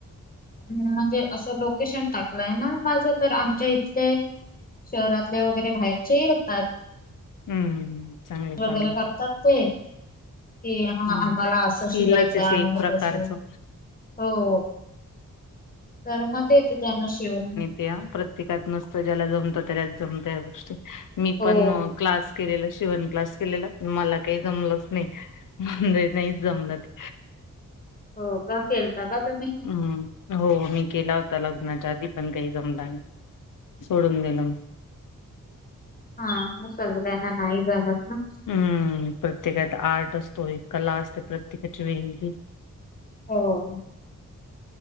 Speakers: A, on the left; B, on the left.
A: म्हणजे असं लोकेशन टाकलंय ना, माझं तर आमच्या इथले. शहरातले वगेरे बाहेरचे येतात,
B: हम्म चांगले
A: वगैरे
B: चांगले
A: करतात. ते की हा
B: हम्म
A: आम्हाला असं
B: स्किलच
A: शिवायचाय,
B: आहे ते
A: आम्हाला
B: एक प्रकारचं.
A: तसं हो, तर म देते त्यांना शिवून.
B: त्या प्रत्येकात नसत, ज्याला जमत त्यालाच जमतात या गोष्टी. मी
A: हो
B: पण क्लास केलेला शिवण क्लास केलेला, पन मला काही जमलंच नाही, म्हणजे नाहीच जमलं ते.
A: हो का? केलता का तुम्ही?
B: हूम्म, हो मी केला होता लग्नाच्या आधी, पण काही जमला नाही. सोडून दिलं मग
A: हा, सगळ्यांना नाही जमत ना.
B: हम्म प्रत्येकात आर्ट असतो. कला असते प्रत्येकाची वेगळी.
A: हो.